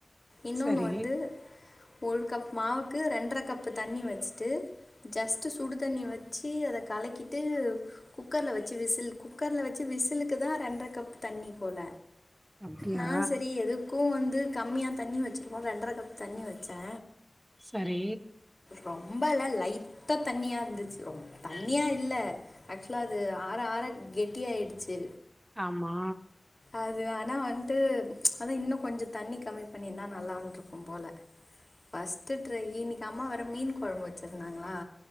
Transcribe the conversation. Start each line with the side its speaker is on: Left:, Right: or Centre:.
Left: இன்னொன்
Right: சரி
Left: வந்து ஒரு கப் மாவுக்கு ரெண்டர கப் தண்ணி வச்சுட்டு ஜஸ்ட்டு சுடு தண்ணி வச்சு அத கலக்கிட்டு குக்கர்ல வச்சு விசில் குக்கர்ல வச்சு விசிலுக்கு தா ரெண்ட்ர கப் தண்ணி போல
Right: அப்டியா
Left: நான் செரி எதுக்கூ வந்து கம்மியாக தண்ணி வச்சுருவோ ரெண்டர கப் தண்ணி வச்செ
Right: சரி
Left: ரொம்பல்ல லைட்டா தண்ணியா இருந்துச்சு ரொ தண்ணியா இல்ல ஆக்சுலா அது ஆற ஆற கெட்டியாய்டுச்சு
Right: ஆம்மா
Left: அது ஆனா வந்ட்டு அதா இன்னு கொஞ்சொ தண்ணி கம்மி பண்ணிர்ரந்தா நல்லான்ருக்கும் போல ஃபஸ்ட்டு ட்ரை இன்னிக் அம்மா வேற மீன் கொழம்பு வச்சிருந்தாங்களா